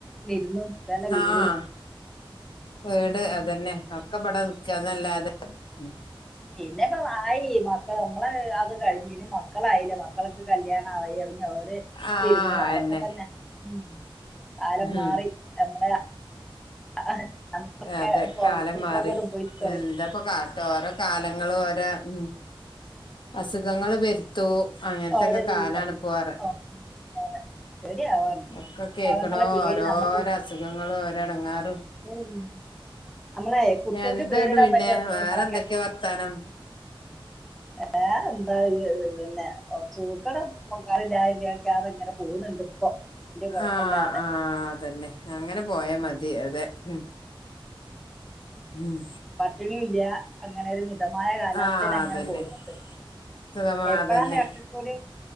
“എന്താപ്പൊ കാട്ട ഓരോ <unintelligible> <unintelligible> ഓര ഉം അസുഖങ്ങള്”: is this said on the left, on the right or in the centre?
Left